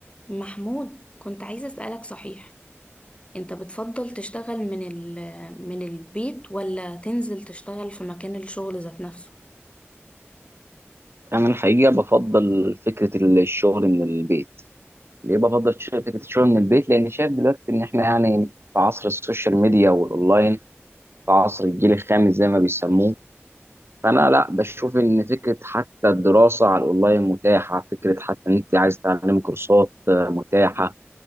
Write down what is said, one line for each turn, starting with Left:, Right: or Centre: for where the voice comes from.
Left: محمود كنت عايزة أسألك صحيح انت بتفضل تشتغل من ال من البيت ولا تنزل تشتغل في مكان الشغل ذات نفسه
Right: انا الحقيقه بفضل فكره الشغل من البيت ليه بفضل ش- فكره الشغل من البيت لان شايف دلوقتي ان احنا يعني في عصر السوشيال ميديا والاونلاين في عصر الجيل الخامس زي ما بيسموه فانا لا بشوف ان فكره حتى الدراسه على الاونلاين متاحه فكره حتى ان انت عايز تعلم كورسات آه، متاحه